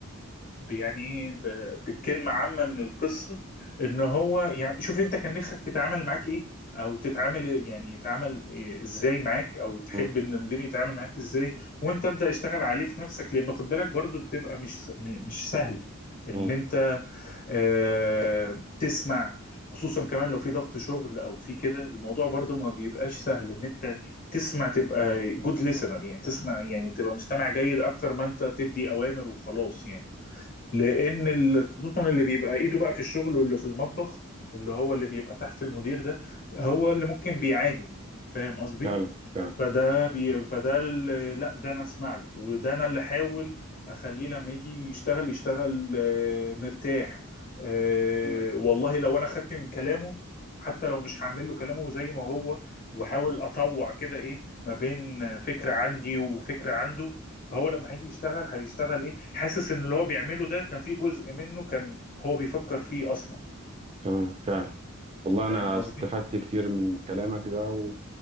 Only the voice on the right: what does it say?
مم.
مم.
فعلا فعلا
تمام
تمام فعلا والله انا
استفدت كتير من كلامك ده و...